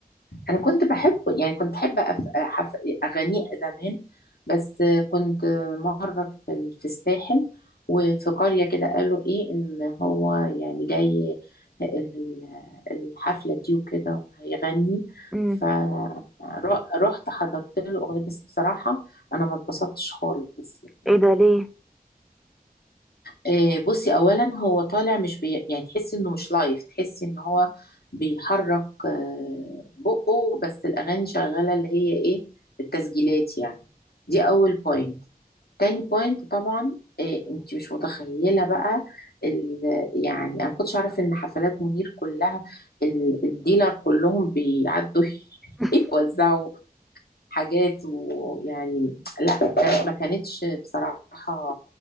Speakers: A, on the left; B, in the centre.
A: انا كنت بحبه يعني كنت بحب أف- حف- اغانيه زمان بس كنت مره في ال- في الساحل وفي قريه كده قالوا ايه ان هو يعني جاي ال- الحفله دي وكده وهيغني
B: امم
A: فرحت حضرت له اغنيه بس بصراحه انا ما اتبسطتش خالص يعني
B: ايه ده ليه
A: آه، بصي اولا هو طالع مش بي... يعني تحس انه مش لايف تحس ان هو بيحرك آه، بقه بس الاغاني شغاله اللي هي ايه التسجيلات يعني دي اول بوينت تاني بوينت طبعا إيه انت مش متخيله بقى ال... يعني انا كنتش اعرف ان حفلات منير كلها ال... الديلر كلهم بيعدوا
B: <laughs>
A: <laughs> يوزعوا حاجات ويعني لا كانت ما كانتش بصراحة